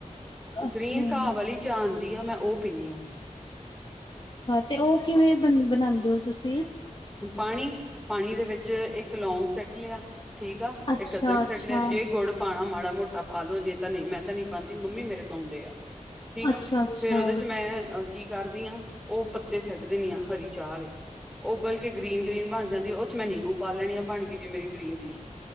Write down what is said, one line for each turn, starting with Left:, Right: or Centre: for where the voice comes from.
Left: ਅੱਛਾ,
Centre: ਗ੍ਰੀਨ
Left: ਅੱਛਾ
Centre: ਘਾਹ ਵਾਲੀ ਚਾਹ ਆਂਦੀ ਐ ਮੈਂ ਓ ਪੀਨੀ ਆ
Left: ਤੇ ਉਹ ਕਿਵੇਂ ਬ ਬਣਾਉਂਦੇ ਹੋ ਤੁਸੀਂ
Centre: ਪਾਣੀ ਪਾਣੀ ਦੇ ਵਿੱਚ ਇੱਕ ਲੋਂਂਗ ਸੱਟ ਲਿਆ ਠੀਕ ਆ
Left: ਅੱਛਾ,
Centre: ਇਕ ਅਦਰਕ
Left: ਅੱਛਾ,
Centre: ਸੱਟ ਲਿਆ ਜੇ ਗੁੜ ਪਾਉਣਾ ਮਾੜਾ ਝੋਟਾ ਪਾਲ ਲੋ ਜੇ ਤਾਂ ਨਹੀਂ ਮੈਂ ਤਾਂ ਨਹੀਂ ਪਾਉਦੀ ਮੰਮੀ ਮੇਰੇ ਪਾਉਂਦੇ ਆ ਠੀਕ ਆ
Left: ਅੱਛਾ, ਅੱਛਾ।
Centre: ਫੇਰ ਉਹਦੇ ਚ ਮੈਂ ਕੀ ਕਰਦੀ ਹਾਂ ਉਹ ਪੱਤੇ ਛੱਡਦੇ ਨੇ ਆ ਹਰੀ ਚਾਹ ਵਾਲੇ ਉਬਲ ਕੇ ਗ੍ਰੀਨ ਗ੍ਰੀਨ ਬਣ ਜਾਂਦੀ ਉਹ ਚ ਮੈਂ ਨਿੰਬੂ ਪਾ ਲੈਣੀ ਆ ਬਣ ਗਈ ਜੀ ਮੇਰੀ ਗ੍ਰੀਨ ਟੀ